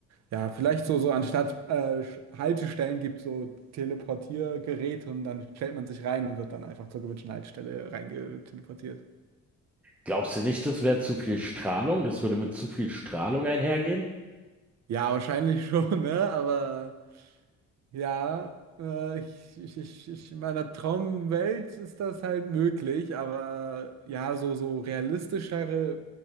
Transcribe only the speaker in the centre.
Glaubst du nicht, das wäre zu viel Strahlung? Das würde mit zu viel Strahlung einhergehen?